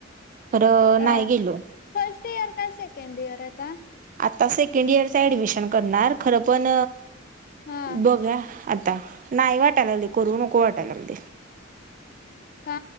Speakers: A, on the right; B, on the left.
A: खरं
B: हा
A: नाही गेलो
B: फर्स्ट इयर काय सेकंड इयर आता?
A: आता सेकंड इयरच ऍडमिशन करणार खरं पण
B: हा
A: बघूया आता नाही वाटायला लागलंय करू नको वाटायला लागलय.
B: का